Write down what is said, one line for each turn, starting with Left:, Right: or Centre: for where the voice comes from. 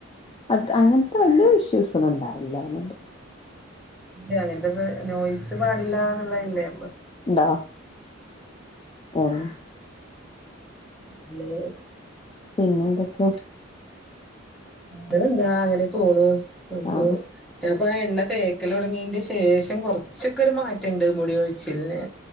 Left: അത് അങ്ങനത്തെ വല്യ ഇഷ്യൂസ് ഒന്നും ഉണ്ടാറില്ലണ്ട്
Centre: ആഹ് അങ്ങനത്തെന്നും നോയ്‌സ് പാടില്ലന്നുള്ളെല്ലേ
Left: ണ്ടോ ആഹ്
Centre: പിന്നെ
Left: പിന്നെ എന്തൊക്കെ
Centre: വേറെ എന്താ അങ്ങനെ പോണു നമുക്ക്
Left: ആ
Centre: ഞാപ്പോ ആ എണ്ണ തേക്കൽ തുടങ്ങീന്റെ ശേഷം കുറച്ചൊക്കെ ഒരു മാറ്റണ്ട് മുടി കൊഴിച്ചിലിന്